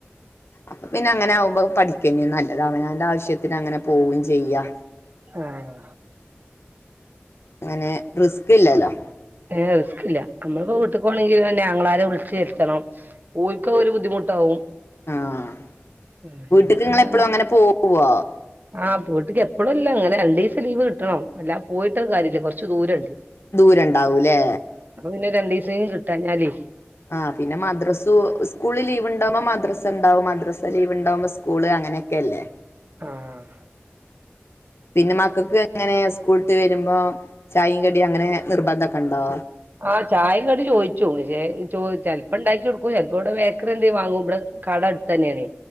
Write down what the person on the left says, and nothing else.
അപ്പൊ പിന്നെ അങ്ങനെ ആവുമ്പോ അത് പഠിക്കന്നെ നല്ലത് അവനാന്റെ ആവ് ശ്യത്തിന് അങ്ങനെ പോവും ചെയ്യാ
അങ്ങനെ റിസ്ക് ഇല്ലല്ലോ
ആഹ്
വീട്ട്ക്ക് ഇങ്ങളെപ്പളും അങ്ങനെ പോവോ
ദൂരണ്ടാവൂലേ
ആഹ് പിന്നെ മദ്രസ്സു സ്കൂളിൽ ലീവ് ഉണ്ടാവുമ്പോ മദ്രസ് സണ്ടാവും മദ്രാസ ലീവ് ഉണ്ടാവ്‌മ്പൊ സ്കൂള് അങ്ങനൊക്കെ അല്ലേ
പിന്നെ മക്കക്ക് എങ്ങനെ സ്കൂൾട്ട് വരുമ്പോ ചായയും കടിയും അങ്ങനെ നിർബന്ധൊക്കെ ഇണ്ടോ